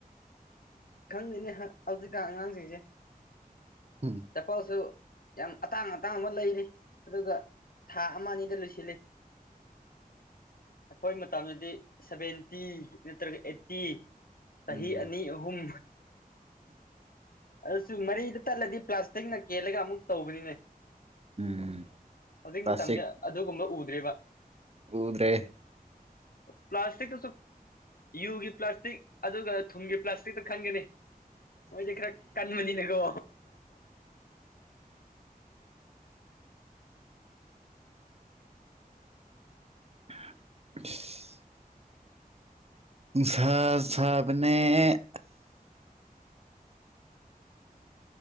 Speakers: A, on the left; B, on the right.
A: ꯈꯪꯗꯅꯤ ꯍꯧꯖꯤꯛꯀ ꯑꯉꯥꯡꯁꯤꯡꯁꯦ
B: ꯎꯝ
A: ꯆꯐꯁꯨ ꯌꯥꯝ ꯑꯇꯥꯡ ꯑꯇꯥꯡꯕ ꯂꯩꯔꯤ ꯑꯗꯨꯒ ꯊꯥ ꯑꯃ ꯑꯅꯤꯗ ꯂꯣꯏꯁꯤꯜꯂꯤ ꯑꯩꯈꯣꯏ ꯃꯇꯝꯗꯗꯤ ꯁꯚꯦꯟꯇꯤ ꯅꯠꯇ꯭ꯔꯒ ꯑꯩꯠꯇꯤ ꯆꯍꯤ
B: ꯎꯝ
A: ꯑꯅꯤ ꯑꯍꯨꯝ ꯑꯗꯨꯁꯨ ꯃꯔꯤ ꯑꯗꯨ ꯇꯠꯂꯗꯤ ꯄ꯭ꯂꯥꯁꯇꯤꯛꯅ ꯀꯦꯜꯂꯒ ꯑꯃꯨꯛ ꯇꯧꯕꯅꯤꯅꯦ
B: ꯎꯝ
A: ꯍꯧꯖꯤꯛ
B: ꯄ꯭ꯂꯥꯁꯇꯤꯛ
A: ꯃꯇꯝꯗꯤ ꯑꯗꯨꯒꯨꯝꯕ ꯎꯗ꯭ꯦꯔꯤꯕ
B: ꯎꯗ꯭ꯔꯦ
A: ꯄ꯭ꯂꯥꯁꯇꯤꯛꯇꯁꯨ ꯌꯨꯒꯤ ꯄ꯭ꯂꯥꯁꯇꯤꯛ ꯑꯗꯨꯒ ꯊꯨꯝꯒꯤ ꯄ꯭ꯂꯥꯁꯇꯤꯛꯇ ꯊꯥꯡꯒꯦ ꯃꯣꯏꯗꯤ ꯈꯔ ꯀꯟꯃꯅꯤꯅꯀꯣ
B: <unintelligible> ꯅꯨꯡ ꯁꯥ ꯁꯥꯕꯅꯦ